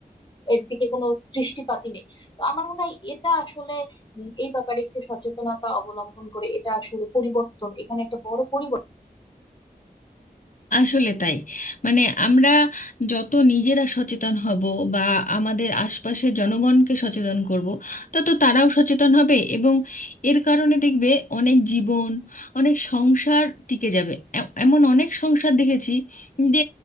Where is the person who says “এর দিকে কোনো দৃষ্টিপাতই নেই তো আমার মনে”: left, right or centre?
Left